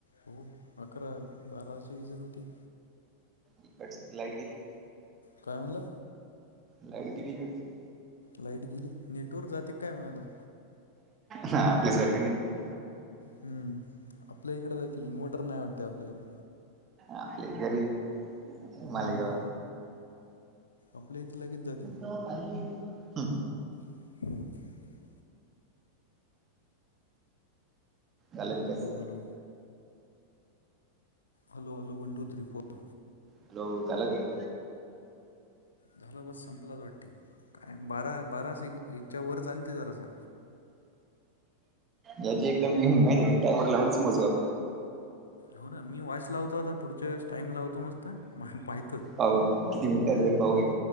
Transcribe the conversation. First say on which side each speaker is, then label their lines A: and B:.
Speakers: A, on the left; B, on the right.
A: हो अकरा बाराच्या हिच्यात होती
B: इकडची लाईट गेली.
A: काय म्हणला
B: लाईट गेली इकडची.
A: लाईट गेली नेटवर्क जाते काय म आता?
B: हा आपल्यासारख नाही दि
A: हम आपल्या इन्व्हर्टर नाही वाटत. आपल्या इथ.
B: आपले गरीब
A: हम्म
B: मालेगाव
A: आपल्या इथे लगेच जाते
B: दो पालीत ह.
A: <unintelligible>
B: घालक कस.
A: Hello hello hello hello one two three four
B: hello झालं. काय?
A: झालं बस संपलाच वाटते कारण बारा बारा स हच्या वर चाल. ते जरा सा
B: याची एकदम येऊन टायमर लावूनच मोजाव.
A: हो ना मी वाॉईस लावतो. आता पुढच्या वेळेस टाईम लावतो. नुसता माहित न
B: पाहू किती मिनिटाच पाहूया.